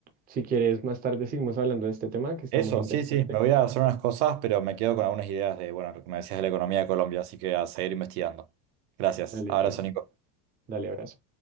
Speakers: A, on the right (about 20°); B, on the right (about 65°).
A: si quieres, más tarde seguimos hablando de este tema que está
B: Eso,
A: muy interesante.
B: sí, sí, me voy a hacer unas cosas, pero me quedo con algunas ideas de, bueno, lo que me decías de la economía de Colombia, así que a seguir investigando. Gracias.
A: Dale,
B: Abrazo,
A: dale,
B: Nico.
A: dale, abrazo.